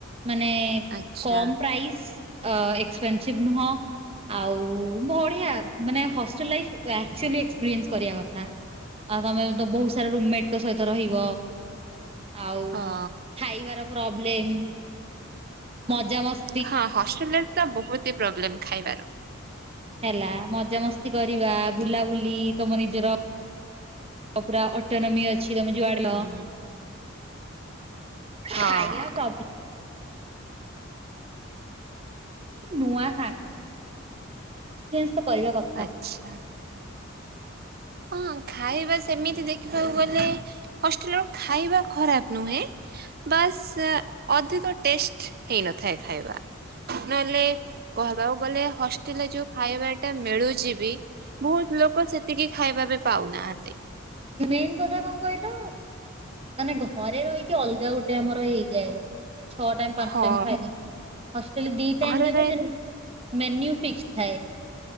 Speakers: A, on the right; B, on the right.
A: ମାନେ
B: ଆଚ୍ଛା
A: କମ୍ ପ୍ରାଇସ୍। ଅ ଏକ୍ସପେନସିଭ ନୁହଁ ଆଉ ବଢିଆ ମାନେ ହଷ୍ଟେଲ ଲାଇଫ। ଆକ୍ଚୁଆଲି ଏକ୍ସପିରିଏନ୍ସ କରିବା କଥା, ଆଉ ତମେ ତ ବହୁତ ସାରା ରୁମମେଟଙ୍କ ସହିତ ରହିବ ଆଉ
B: ହଁ
A: ଖାଇବାର। ପ୍ରବଲେମ ମଜା ମସ୍
B: ହଁ ହଷ୍ଟେଲ ରେ ତ ବହୁତ ହି ପ୍ରୋବ୍ଲେମ ଖାଇବାର
A: ହେଲା ମଜାମସ୍ତି କରିବା ବୁଲାବୁଲି ତମ ନିଜର ଅ ପୁରା ଅଟୋନମି ଅଛି ତମେ ଯୁଆଡ
B: ହୁଁ
A: ଲ
B: ହଁ
A: ଖାଇବା ପ୍ରୋବ୍ଲେମ ନୂଆ ସା କିଛି ଜିନିଷ କରିବା କ
B: ଆଛ। ହଁ ଖାଇବା ସେମିତି ଦେଖିବାକୁ ଗଲେ ହଷ୍ଟେଲ ର ଖାଇବା ଖରାପ ନୁହେଁ। ବାସ୍ ଅଧିକ ଟେଷ୍ଟ ହେଇନଥାଏ ଖାଇବା। ନହେଲେ କହିବାକୁ ଗଲେ ହଷ୍ଟେଲରେ ଯୋଉ ଖାଇବାଟା ମିଳୁଛି ବି ବହୁତ ଲୋକ ସେତିକି ଖାଇବା ବି ପାଉନାହାନ୍ତି।
A: ମେନ କଥା ଙ୍କ କହିଲ ମାନେ ଘରେ ରହିକି ଅଲଗା ଗୋଟେ ଆମର ହେଇଯାଏ ଛଅ ଟାଇମ ପାଞ୍ଚ
B: ହଁ।
A: ଟାଇମ ଖାଇଦେବି। ହଷ୍ଟେଲ ଦିଟାଇମ
B: ଘରେ
A: ଦେବେ
B: ରହିଲେ
A: ଦେନ୍ ମେନ୍ୟୁ ଫିକ୍ସ ଥାଏ।